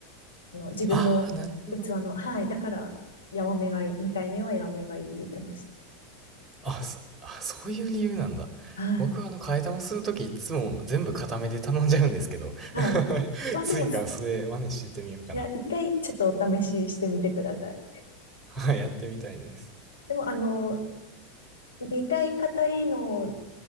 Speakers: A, on the left; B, on the right.
A: あの、自分の器の、
B: ああ、なるほど。
A: はい。だから、ヤマメがいい、2回目はヤマメがいいって言ってまし
B: あ、そあ、そういう理由なんだ。
A: た。はい。
B: 僕はあの、替え玉するときいつも全部固めで頼んじゃうんですけど、
A: はい。
B: <laughs>
A: まあでも、
B: 次からそれ真似してみようかな。
A: すいや、1回ちょっとお試ししてみてください。
B: はい、やってみたいです。
A: でも、あの、2回硬いのを